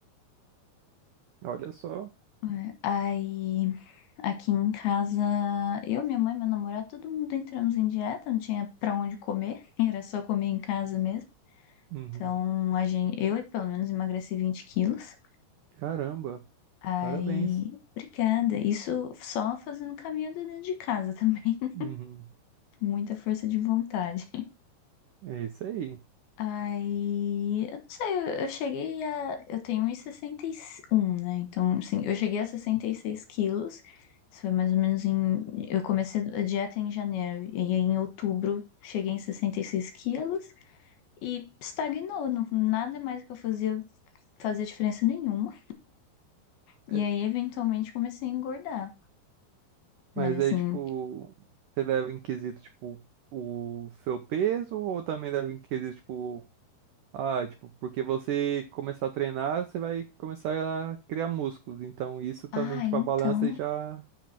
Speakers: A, on the right; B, on the left.
A: Olha só.
B: É, aí aqui em casa, eu, minha mãe, meu namorado, todo mundo entramos em dieta, não tinha pra onde comer, <laughs> era só comer em casa mesmo.
A: Uhum.
B: Então, a gente, eu pelo menos emagreci 20 quilos.
A: Caramba,
B: Aí,
A: parabéns.
B: obrigada. Isso só fazendo caminhada dentro de casa também. <laughs>
A: Uhum.
B: Muita força de vontade.
A: É isso aí.
B: Aí, eu não sei, eu, eu cheguei a. Eu tenho um e sessenta e um né? Então, assim, eu cheguei a 66 quilos. Isso foi mais ou menos em. Eu comecei a dieta em janeiro, e aí em outubro cheguei em 66 quilos e estagnou. Não, nada mais que eu fazia fazia diferença nenhuma. E
A: É,
B: aí, eventualmente, comecei a engordar. Mas
A: Mas
B: assim,
A: aí, tipo, você leva em quesito, tipo, o seu peso ou também leva em quesito, tipo, ah, tipo, porque você começar a treinar, você vai começar a criar músculos. Então, isso também,
B: ah,
A: tipo,
B: então.
A: a balança já